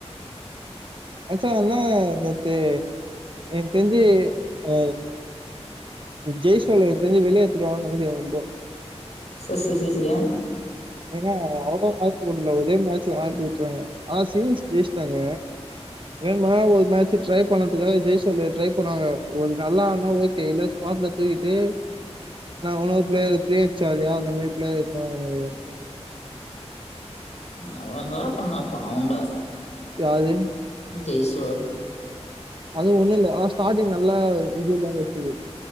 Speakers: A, on the right; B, on the left.
A: மச்சா நா நேத்து எனக்கு தெரிஞ்சு அ ஜெய் சோல எனக்கு தெரிஞ்சு வெளியே ஏத்துடுவாங்க நினைக்கிற ரொம்போ
B: சக்ஸஸியா
A: ஏன்னா அவ்ளோ வாய்ப்பு விடல ஒரேய மேட்ச வாய்பு விட்டுறாங்க ஆ சீீஸ் ஜேய்சிட்டாங்க வேணுமா ஒரு மேட்சு ட்ரை பண்றதுக்காக ஜெய்சு வந்து ட்ரை பண்ணாங்க ஒரு நல்லா ஆடுன ஓகே இல்ல ஸ்பாட்ல தூக்கிட்டு உணவு பிளேயர் பிரியச்சாரியா அந்த மாதி பிளயர் இரு <unintelligible>
B: அவே என்ன டா பண்ணா பாவோண்டா
A: யாரு
B: தேஸ்வர்
A: அது ஒண்ணு இல்லலா அதா ஸ்டார்ட்டிங் நல்லா இது எல்லா வச்சது